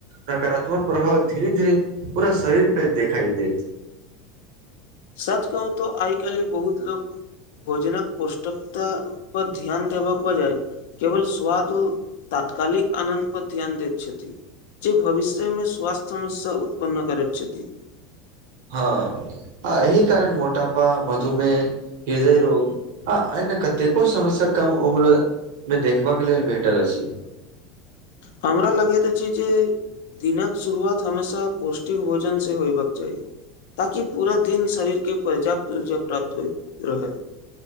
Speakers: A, on the right; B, on the left.
A: नकारात्मक प्रभाव धीरे धीरे पूरा शरीर पे देखाई देत
B: सच कहू तो आइ कल्हि बहुत लोक भोजना कऽ पोष्टकता पर ध्यान देब कऽ बजाए केवल स्वादो तात्कालिक आनन्द पर ध्यान दैत छथि जे भविष्य में स्वास्थ्य समस्या उत्पन्न करैत छथि
A: हँ आ एहि कारण मोटापा मधुमेह हृदय रोग आ अन्य कतेको समस्या कम उम्र में देखबा केँ लेल भेटल अछि
B: हमरा लगैत अछि जे दिन कऽ शुरुआत हमेशा पौष्टिक भोजन से होयबाक चाही ताकि पूरा दिन शरीर केँ पर्याप्त ऊर्जा प्राप्त होइत रहय